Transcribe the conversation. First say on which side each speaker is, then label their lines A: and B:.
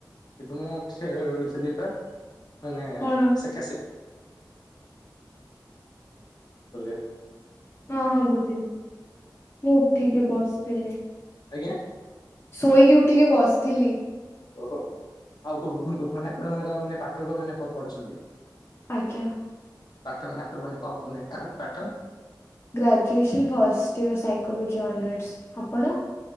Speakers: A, on the left; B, on the left.
A: କିନ୍ତୁ ମୁଁ ଖେଳୁଥିଲି ବା ମାନେ
B: କଣ
A: ସେ <unintelligible>
B: ହଁ ହଁ ବୁଝିଲି ମୁଁ ଉଠିକି ବସିଥିଲି।
A: ଆଜ୍ଞା
B: ଶୋଇକି ଉଠିକି ବସିଥିଲି।
A: ଓହୋ ଆଉ କଣ କୁହନ୍ତୁ ମାନେ ଆପଣ ମାନେ କଣ ମାନେ ପାଠକ ମାନେ କଣ ପଢୁଛନ୍ତି
B: ଆଜ୍ଞା।
A: ପାଠକ ମାନେ ଆପଣ ମାନେ କଣ କୁହନ୍ତି ପାଠ
B: graduation first year psychology honours ଆପଣ